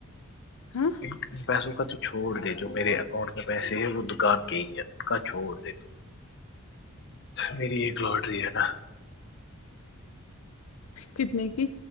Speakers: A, on the left (about 80°); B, on the left (about 50°).
A: ہاں
B: ان پیسوں کا تو چھوڑ دے جو میرے اکاؤنٹ میں پیسے ہے وہ دکان کے ہی ہے ان کا چھوڑ دے دو میری ایک لاٹری ہے نا
A: کتنے کی